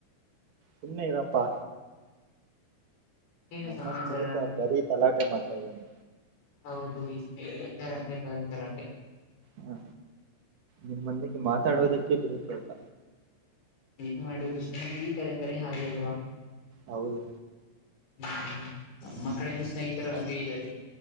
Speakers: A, on the right; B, on the left.
A: ಸುಮ್ಮನೆ ಇರಪ್ಪಾ
B: ಇನ್ನೇನು
A: ನಮ್ಮ
B: ಸಮಾಚಾರ
A: ಸ್ನೇಹಿತ ಬರೀ ತಲಾಟೆ ಮಾಡ್ತಾ ಇದ್ದಾನೆ.
B: ಹೌದು ಇಷ್ಟೇರೆ ಅಂದ್ರೆ <unintelligible> ಬರ ಸಲಾಟೆ
A: ಹಾ ನಿಮ್ಮ ಮಂದಿಗೆ ಮಾತಾಡೋದಕ್ಕೆ ಬಿಡುತ್ತಿಲ್ಲ.
B: ಏನ್ ಮಾಡುವುದುಸ್ನೇಹಿತರಂದ್ರೆ ಹಾಗೆ ಅಲ್ವಾ
A: ಹೌದು
B: ಹ್ಮ್, ನಮ್ಮ ಕಡೆೇನು ಸ್ನೇಹಿತರು ಹಂಗೆ ಇದ್ದಾರೆ.